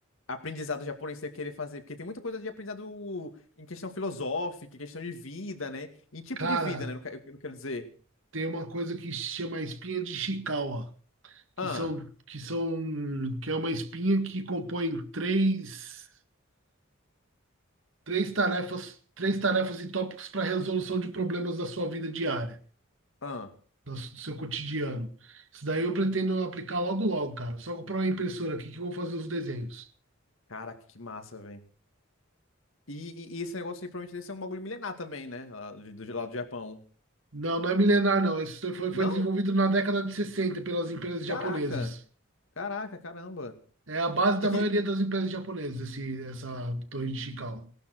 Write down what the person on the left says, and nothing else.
aprendizado japonês você ia querer fazer, porque tem muita coisa de aprendizado em questão filosófica, em questão de vida, né? Em tipo
de vida, né? Não que- Eu não quero dizer.
Ah,
ah.
Caraca, que massa, velho. E, e- e esse negócio aí provavelmente deve ser um bagulho milenar também, né? Lá do, do, lá do Japão.
Não?
Caraca.
Caraca, caramba.
E que,